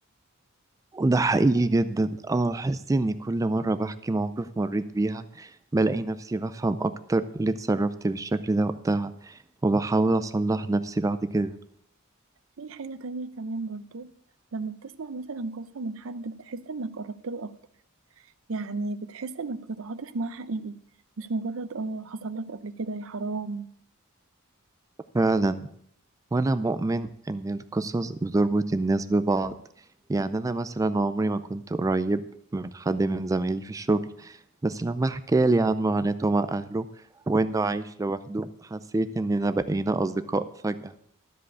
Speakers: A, on the right; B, on the right.
A: ده حقيقي جدا أنا بحس إني كل مرة بحكي مواقف مريت بيها بلاقي نفسي بفهم أكتر ليه اتصرفت بالشكل ده وقتها وبحاول أصلح نفسي بعد كده
B: في حاجة تانية كمان برضو لما بتسمع مثلا قصة من حد بتحس انك قربت له اكتر يعني بتحس انك بتتعاطف معاه حقيقي مش مجرد اه حصل لك قبل كده يا حرام
A: فعلا وأنا مؤمن إن القصص بتربط الناس ببعض يعني أنا مثلا عمري ما كنت قريب من حد من زمايلي في الشغل بس لما حكالي عن معاناته مع أهله وإنه عايش لوحده حسيت إننا بقينا أصدقاء فجأة